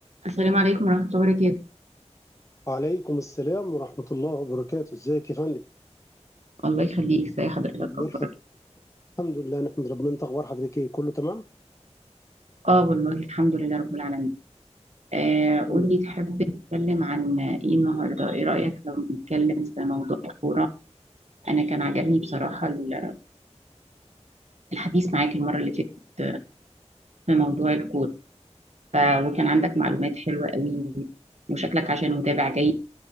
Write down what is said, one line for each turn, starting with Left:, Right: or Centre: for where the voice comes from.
Right: السلام عليكم ورحمة الله وبركاته
Left: وعليكم السلام ورحمة الله وبركاته ازيك يا فندم
Right: الله يخليك ازي حضرتك
Left: اخبار
Right: اخبارك
Left: حضرتك الحمد لله نحمد ربنا انت اخبار حضرتك ايه كله تمام
Right: اه والله الحمد لله رب العالمين آه
Left: الحمد
Right: قولي
Left: لله.
Right: تحب نتكلم عن ايه النهارده ايه رأيك لو نتكلم في موضوع الكورة انا كان عجبني بصراحة ال- الحديث معاك المرة اللي فاتت في موضوع الكورة ف... وكان عندك معلومات حلوة قوي وشكلك عشان متابع جيد